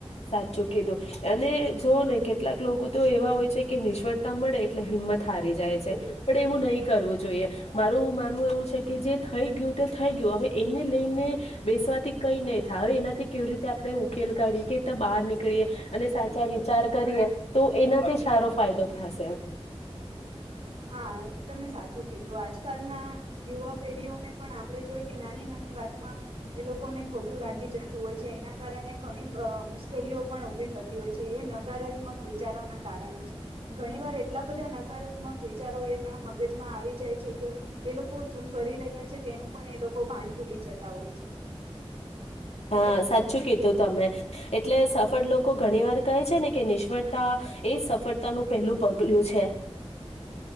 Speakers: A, on the left; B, on the right.
A: સાચું કીધું અને જોવ ને કેટલાક લોકો તો એવા હોય છે કે નિષ્ફળતા મળે એટલે હિંમત હારી જાય છે. પણ એવું નહી કરવું જોઈએ. મારું માનવું એવું છે કે જે થઈ ગયું તે થઈ ગયું હવે એને લઈને બેસવાથી કઈ નહી થાય હવે એનાથી કેવી રીતે આપણે ઉકેલ કાઢીએ કે બહાર નીકળીએ અને સાચા વિચાર કરીએ તો એનાથી સારો ફાયદો થશે.
B: હા તમે સાચું કીધું આજકાલના યુવા પેઢીઓને પણ આપણે જોઈ કે નાની નાની વાતમાં એ લોકોને ખોટું લાગી જતું હોય છે એના કારણે ઘણી મુશ્કેલીઓ પણ ઉઊભી થતી હોય છે એ નકારાત્મક વિચારોના કારણે છે ઘણી વાર એટલા બધા નકારાત્મક. વિચારો એના મગજમાં આવી જાય છે કે એ લોકો શું કરી રહ્યા છે તેનું પણ એ લોકો ભાન ભૂલી જતા હોય છે.
A: હા સાચું કીધું તમે એટલે સફળ લોકો ઘણી વાર કહે છે ને કે નિષ્ફળતા એ સફળતાનું પહેલું પગલું છે.